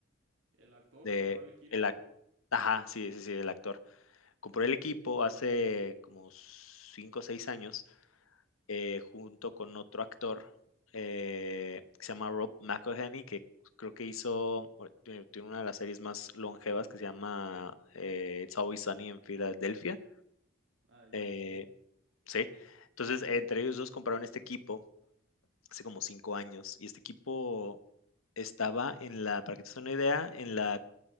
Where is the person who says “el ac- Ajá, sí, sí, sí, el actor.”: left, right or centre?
Left